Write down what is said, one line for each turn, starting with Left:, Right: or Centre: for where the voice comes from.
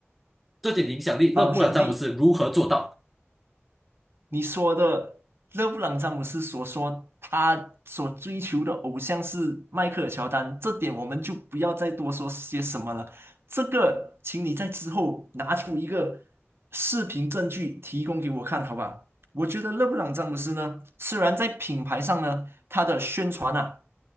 Centre: 这点影响力，
Right: 好兄弟。
Centre: 勒布朗詹姆斯如何做到？
Right: 你说的勒布朗詹姆斯所说他所追求的偶像是迈克尔乔丹，这点我们就不要再多说些什么了。这个，请你在之后拿出一个视频证据提供给我看，好吧？我觉得勒布朗詹姆斯呢，虽然在品牌上呢，他的宣传啊，